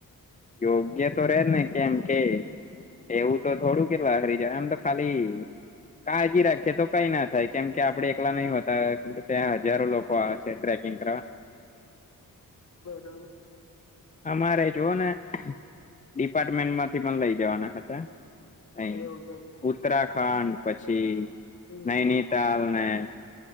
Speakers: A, on the left; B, on the left.
A: યોગ્ય તો ર જ ને કેમ કે એવું તો થોડું કેટલા હરી જાય આમ તો ખાલી કાળજી રાખીએ તો કઈ ના થાય કેમ કે આપડે એકલા નહી હોતા ત્યાં હજારો લોકો આવે છે ટ્રેકિંગ કરવા
B: બરાબર
A: અમારે જો ને ડિપાર્ટમેન્ટ માંથી પણ લઈ જવાના ખાતા અ
B: એવું છે
A: ઉત્તરાખંડ પછી
B: હમ
A: નૈનીતાલ અને